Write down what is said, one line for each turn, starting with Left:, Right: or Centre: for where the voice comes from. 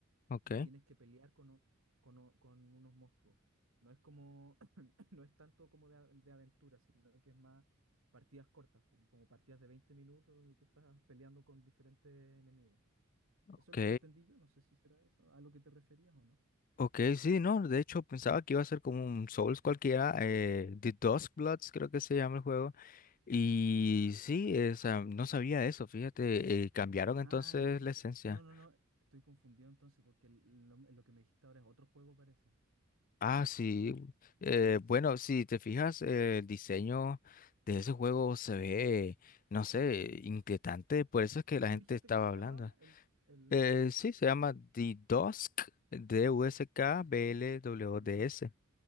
Left: Ok.
Right: y tienes que pelear con, o- con, o- con unos monstruos. No es como, <clears throat> no es tanto como de, a- de aventura, sino que es más partidas cortas, como, como partidas de 20 minutos donde tú estás peleando con diferentes enemigos.
Left: Ok.
Right: Eso es lo que entendí yo, no sé si será eso, a lo que te referías o no.
Left: Ok, sí, no. De hecho pensaba que iba a ser como un Souls cualquiera. Eh, The Bloods creo que se llama el juego. Y sí, eh, o sea, no sabía eso. Fíjate, eh, cambiaron
Right: Ah,
Left: entonces
Right: no, entonces,
Left: la esencia.
Right: no, no, no, estoy confundido entonces porque el- lo, lo que me dijiste ahora es otro juego parece,
Left: Ah,
Right: porque
Left: sí.
Right: el,
Left: eh,
Right: sí,
Left: bueno, si te fijas, eh, el diseño de ese juego se ve, no
Right: sí.
Left: sé, inquietante. Por eso es que la
Right: ¿Cómo
Left: gente
Right: dijiste
Left: estaba
Right: que se
Left: hablando.
Right: llamaba? El, el,
Left: Eh, sí, se llama The Dusk, D-U-S-K-B-L-W-D-S,
Right: sí, sí, y Dusk.